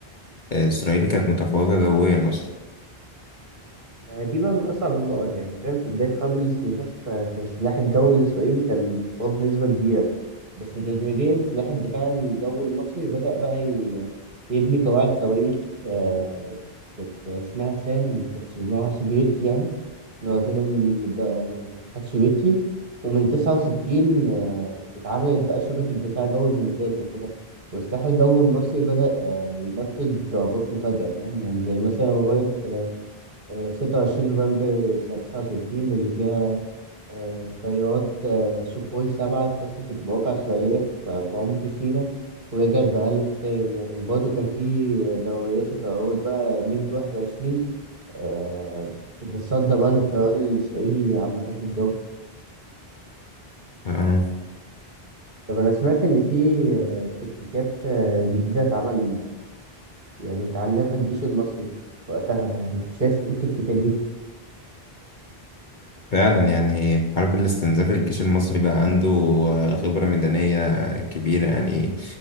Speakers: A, on the left (about 50°); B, on the right (about 55°).
A: إسرائيل كانت متفوقة جويا أصلا
B: أه دي بقى من أصعب النقط يعني فاهم في بداية حرب الاستنزاف آه، كان سلاح الجو الإسرائيلي كان متفوق بنسبة كبيرة بس تدريجيا سلاح الدفاع الجوي المصري بدأ بقى ي- يبني قواعد صواريخ آه، كانت اسمها سام كانت نوعها سوفيتي يعني لوحدنا من الد- من الاتحاد السوفيتي ومن تسعة وستين آه، اتعملت بقى شبكة دفاع جوي ممتازة كده والسلاح الجوي المصري بدأ آه، ينفذ ضربات مفاجئة فاهم يعني زي مثلا لغاية آه، ستة وعشرين نوفمبر سنة تسعة وستين اللي فيها آه، طيارات آه، سوخوي سبعة اتقصفت مواقع إسرائيلية في في عمق سيناء ورجعت بأقل خسائر يعني وبرضه كان في دوريات لطيارات بقى ميج واحد وعشرين آه، بتتصدى بقى للطيران الإسرائيلي عامة في الجو
A: آه،
B: طب أنا سمعت إن في آه، تكتيكات آه، جديدة اتعمل يعني اتعلمها الجيش المصري وقتها يعني أنت شايف إيه التكتيكات دي؟
A: فعلا يعني في حرب الاستنزاف الجيش المصري بقى عنده آه، خبرة ميدانية كبيرة يعني